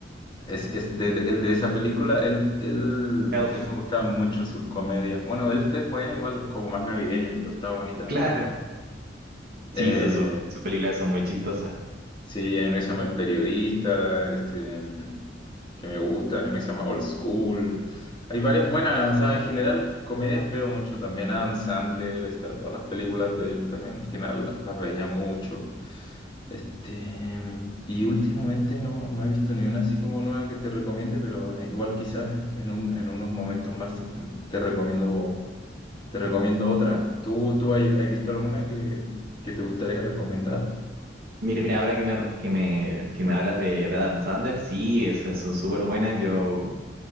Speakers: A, on the left; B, on the right.
A: Es, es de, de- el de esa película, él, él,
B: Elf.
A: él me gustaba mucho sus comedias. Bueno, Elf es buena, igual como más navideña, pero está bonita,
B: Claro.
A: ¿no? Eh,
B: Sí, sus su, su películas son muy chistosas.
A: Sí, hay uno que se llama El Periodista, este, que me gusta, hay uno que se llama Old School. Hay varias buenas, o sea, en general comedias veo mucho también. Adam Sandler, está, todas las películas de él también en general las, las veía mucho. Este, y últimamente no, no he visto ni una así como nueva que te recomiende, pero eh, igual quizás en un- en unos momentos más eh, te recomiendo, te recomiendo otra. ¿Tú, tú has, has visto alguna que, que te gustaría recomendar?
B: Mire, mira, ahora que me, que me, que me hablas de, de Adam Sandler, sí, esas son súper buenas. Yo